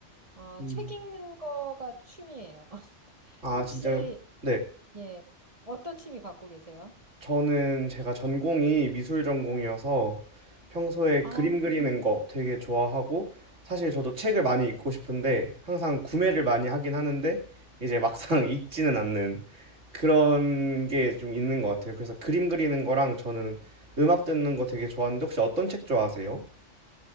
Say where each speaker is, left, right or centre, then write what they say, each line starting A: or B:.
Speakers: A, on the right (about 30°); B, on the right (about 85°).
A: 어,
B: 음,
A: 책 읽는 거가 취미예요. <laughs>
B: 아,
A: 혹시,
B: 진짜, 네.
A: 예, 어떤 취미 갖고 계세요?
B: 저는 제가 전공이 미술 전공이어서 평소에
A: 아,
B: 그림 그리는 거 되게 좋아하고, 사실 저도 책을 많이 읽고 싶은데, 항상 구매를 많이 하긴 하는데, 이제 막상 <laughs> 읽지는 않는 그런 게 좀 있는 것 같아요. 그래서 그림 그리는 거랑 저는 음악 듣는 거 되게 좋아하는데, 혹시 어떤 책 좋아하세요?